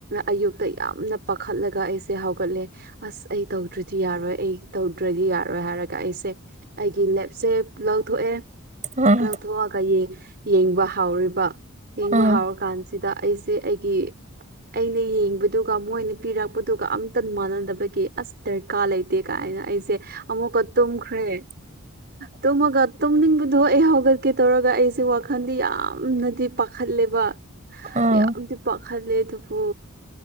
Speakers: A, on the right; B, on the right.
A: ꯑꯌꯨꯛꯇ ꯌꯥꯝꯅ ꯄꯥꯈꯠꯂꯒ ꯑꯩꯁꯦ ꯍꯧꯒꯠꯂꯦ ꯑꯁ ꯑꯩ ꯇꯧꯗ꯭ꯔꯗꯤ ꯌꯥꯔꯣꯏ ꯑꯩ ꯇꯧꯗ꯭ꯔꯗꯤ ꯌꯥꯔꯣꯏ ꯍꯥꯏꯔꯒ ꯑꯩꯁꯦ ꯑꯩꯒꯤ ꯂꯦꯞꯁꯦ ꯂꯧꯊꯣꯛꯑꯦ
B: ꯎꯝ
A: ꯂꯧꯊꯣꯛꯑꯒ ꯌꯦ ꯌꯦꯡꯕ ꯍꯥꯎꯔꯤꯕ ꯌꯦꯡꯕ
B: ꯎꯝ
A: ꯍꯥꯎꯔꯀꯥꯟꯁꯤ ꯁꯤꯗ ꯑꯩꯁꯦ ꯑꯩꯒꯤ ꯑꯩꯅ ꯌꯦꯡꯕꯗꯨꯒ ꯃꯣꯏꯅ ꯄꯤꯔꯛꯄꯗꯨꯒ ꯑꯝꯇ ꯃꯥꯟꯅꯗꯕꯒꯤ ꯑꯁ ꯗꯔꯀꯥꯔ ꯂꯩꯇꯦ ꯀꯥꯏꯅ ꯑꯩꯁꯦ ꯑꯃꯨꯛꯀ ꯇꯨꯝꯈ꯭ꯔꯦ
B: <inaudible>
A: ꯇꯨꯝꯃꯒ ꯇꯨꯝꯅꯤꯡꯕꯗꯨꯣ ꯑꯩ ꯍꯧꯒꯠꯀꯦ ꯇꯧꯔꯒ ꯑꯩꯁꯦ ꯋꯥꯈꯜꯗꯤ ꯌꯥꯝꯅꯗꯤ ꯄꯥꯈꯠꯂꯦꯕ
B: ꯎꯝ
A: ꯌꯥꯝꯗꯤ ꯄꯈꯠꯂꯦ ꯑꯗꯨꯕꯨ